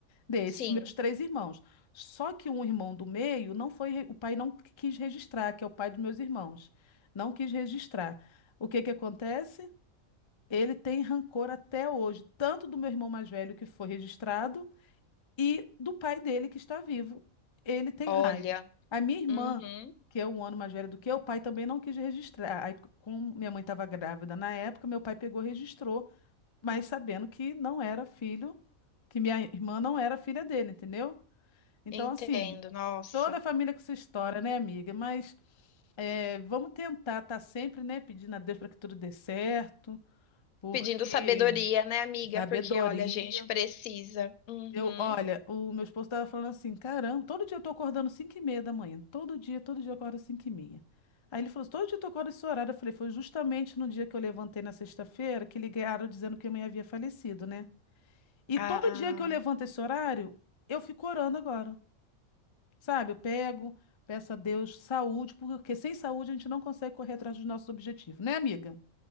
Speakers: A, on the left; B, on the left.
A: Desses
B: sim.
A: meus três irmãos. Só que um irmão do meio não foi, re- o pai não qu- quis registrar, que é o pai dos meus irmãos. Não quis registrar. O que que acontece? Ele tem rancor até hoje, tanto do meu irmão mais velho que foi registrado e do pai dele que está vivo. Ele tem
B: Olha.
A: raiva. A minha irmã,
B: Uhum,
A: que é um ano mais velha do que eu, o pai também não quis registrar. Aí, como minha mãe estava grávida na época, meu pai pegou e registrou, mas sabendo que não era filho, que minha irmã não era filha dele, entendeu? Então,
B: entendo.
A: assim,
B: Nossa.
A: toda a família com sua história, né, amiga? Mas é, vamos tentar estar sempre, né, pedindo a Deus para que tudo dê certo, porque
B: Pedindo sabedoria, né, amiga?
A: sabedoria
B: Porque, olha, a gente precisa. Uhum.
A: eu, olha, o meu esposo estava falando assim, caramba, todo dia eu tô acordando 5 e meia da manhã, todo dia, todo dia eu acordo 5 e meia. Aí ele falou assim, todo dia tu acorda esse horário. Eu falei, foi justamente no dia que eu levantei na sexta-feira que ligaram dizendo que a mãe havia falecido, né? E
B: Ah.
A: todo dia que eu levanto esse horário, eu fico orando agora, sabe? Eu pego, peço a Deus saúde, porque sem saúde a gente não consegue correr atrás dos nossos objetivos, né, amiga?